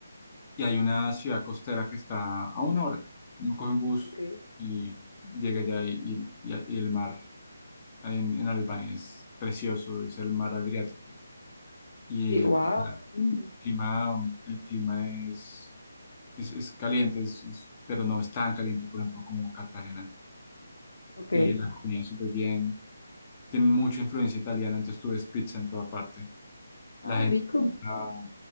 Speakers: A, on the left (about 25°); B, on the left (about 70°).
A: y hay una ciudad costera que está a una hora. Uno coge un bus
B: Ok.
A: y llega allá y, y- y el mar en, en Albania es precioso, es el mar Adriático. Y
B: Sí,
A: el
B: wow, qué lindo.
A: clima, el clima es, es, es caliente, es- es- pero no es tan caliente, por ejemplo, como Cartagena.
B: Ok.
A: Eh, la comida es súper bien, tienen mucha influencia italiana, entonces tú ves pizza en toda parte. La
B: Ah, rico.
A: Ah,